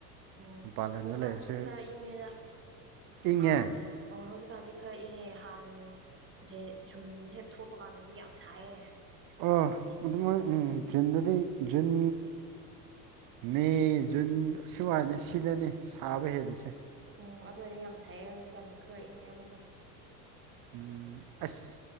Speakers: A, on the right (about 25°); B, on the right (about 45°).
A: ꯎꯝ
B: ꯃꯄꯥꯟ ꯂꯝꯗ
A: ꯍꯧꯖꯤꯛꯀꯥꯟꯗꯤ
B: ꯂꯩꯕꯁꯦ
A: ꯈꯔ ꯏꯪꯉꯦꯗ
B: ꯏꯪꯉꯦ
A: ꯍꯥꯟ꯫ ꯑꯣ ꯍꯧꯖꯤꯛꯀꯥꯟꯗꯤ ꯈꯔ ꯏꯪꯉꯦ ꯍꯥꯟꯁꯦ ꯖꯨꯟ ꯍꯦꯛ ꯊꯣꯛꯄ ꯀꯥꯟꯗꯗꯤ ꯌꯥꯝ ꯁꯥꯏꯌꯦ꯫
B: ꯑ ꯑꯗꯨꯃꯛꯥꯏ ꯎꯝ ꯖꯨꯟꯗꯗꯤ ꯖꯨꯟ꯫ ꯃꯦ ꯖꯨꯟ ꯁꯨꯃꯥꯏꯅ ꯁꯤꯗꯅꯤ ꯁꯥꯕ ꯍꯦꯂꯁꯦ꯫
A: ꯑꫭꯑꫭ ꯑꯗꯨꯋꯥꯏꯗꯥ ꯌꯥꯝ ꯁꯥꯏꯑꯌꯦ ꯍꯧꯖꯤꯛꯀꯥꯟꯗꯤ ꯈꯔ ꯏꯪꯉꯦ ꯑꯃꯨꯛꯀꯥ꯫
B: ꯎꯝ ꯑꯁ